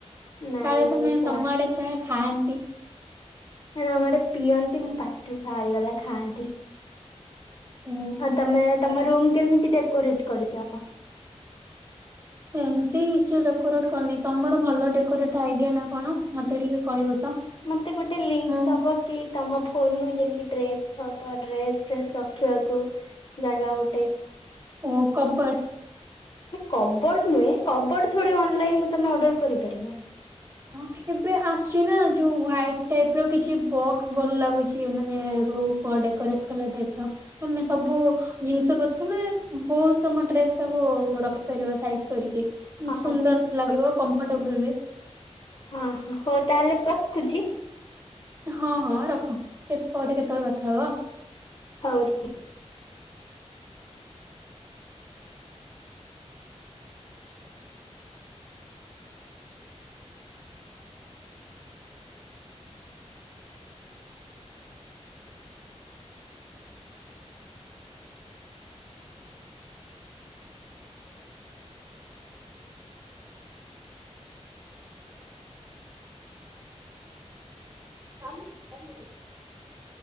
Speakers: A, on the left; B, on the right.
A: ନାଇଁ
B: ତାହେଲେ
A: ନାଇଁ
B: ତମେ
A: ଚା
B: ତମ ଆଡେ ଚା ଖାଆନ୍ତି।
A: ଆମ ଆଡ଼େ ପିଅନ୍ତି ମୋ ପାଟିରୁ ବାହାରିଗଲା ଖାଆନ୍ତି।
B: ଓହୋ
A: ଆ ତମେ ତା ମୋ ରୁମ୍ କେମିତି ଡେକୋରେଟ କରିଛ?
B: ସେମିତି କିଛି ଡେକୋରେଟ କରିନି ତମର ଭଲ ଡେକୋରେଟ ଆଇଡିଆ ନା କଣ ମତେ ଟିକେ କହିବ ତ
A: ମତେ ଗୋଟେ ଲିଙ୍କ
B: ମୁଁ
A: ଦବ କି ତମ ଫୋନରୁ ଯେମତି ଡ୍ରେସ ତ ଡ୍ରେସ ଫ୍ରେସ ରଖିବାକୁ ଜାଗା ଗୋଟେ
B: ଓ କବଡ଼।
A: କବର୍ଡ ନୁହେଁ କବର୍ଡ ଥୋଡ଼ି ଅନଲାଇନରୁ
B: ମାନେ
A: ତମେ ଅର୍ଡର କରିପାର। <unintelligible>
B: ହଁ ଏବେ ଆସୁଛି ନା ଯୋଉ ହ୍ୱାଇଟ ଟାଇପ ର କିଛି ବକ୍ସ ଭଲ ଲାଗୁଛି ମାନେ ରୁ ହଁ ଡେକୋରେଟ୍ କଲା ଟାଇପ ର। ତମେ ସବୁ ଜିନିଷ ପତ୍ର ମାନେ ବହୁତ ତମ ଡ୍ରେସ୍ ତାକୁ ରଖିପାରିବ ସାଇଜ କରିକି ମାନେ
A: ହଁ
B: ସୁନ୍ଦର ଲାଗିବ। କମ୍ଫଟେବୁଲ ହୁଏ।
A: ହଁ ହ ହଉ ତାହେଲେ ରଖୁଛି।
B: ହଁ ହଁ ରଖ କେ ପରେ କେତେବେଳେ କଥା ହବ ଆଉ
A: ହଉ <inaudible> ହ
B: ଚାଲୁଛି <unintelligible>